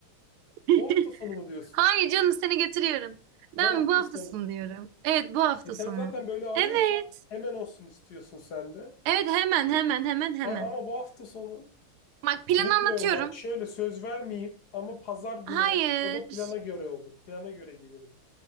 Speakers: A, on the right (about 85°); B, on the left (about 55°).
A: <laughs>
B: Bu hafta sonu mu diyorsun
A: Hayır
B: sen?
A: canım seni getiriyorum. Ben
B: Bu hafta
A: bu hafta
B: sonu.
A: sonu diyorum. Evet bu hafta
B: E sen
A: sonu.
B: zaten böyle arıyorsan
A: Evet.
B: hemen olsun istiyorsun sen de.
A: Evet hemen hemen hemen hemen.
B: Bak ama bu hafta sonu
A: Bak planı
B: bilmiyorum
A: anlatıyorum.
B: bak şöyle söz vermeyeyim ama pazar günü
A: Hayır.
B: olur. O da plana göre olur. Plana göre gelirim.